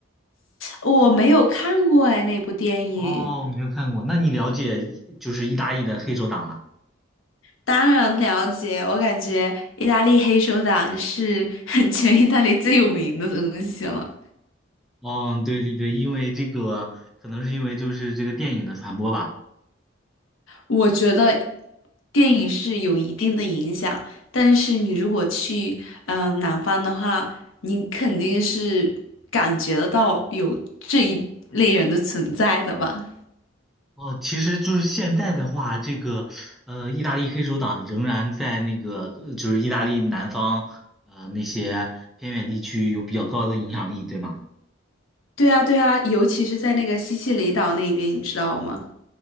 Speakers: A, on the left; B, in the centre.
A: 我没有看过哎，那部电影。
B: 哦，没有看过，那你了解就是意大利的黑手党吗？
A: 当然了解，我感觉意大利黑手党是 <laughs> 全意大利最有名的东西了。
B: 哦，对对对，因为这个可能是因为就是这个电影的传播吧。
A: 我觉得电影是有一定的影响，但是你如果去嗯、呃南方的话，你肯定是感觉得到有这一类人的存在的吧。
B: 哦，其实就是现在的话，这个呃，意大利黑手党仍然在那个呃就是意大利南方呃那些偏远地区有比较高的影响力，对吗？
A: 对啊，对啊，尤其是在那个西西里岛那边，你知道吗？